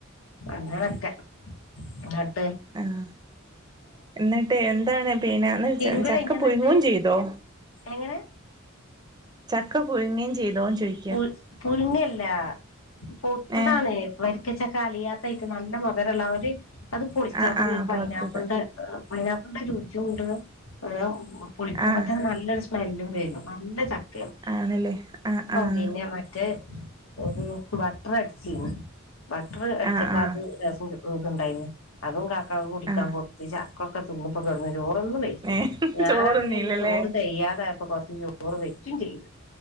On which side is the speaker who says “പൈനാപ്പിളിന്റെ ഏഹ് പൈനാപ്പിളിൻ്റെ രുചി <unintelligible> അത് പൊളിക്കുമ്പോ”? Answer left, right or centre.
Left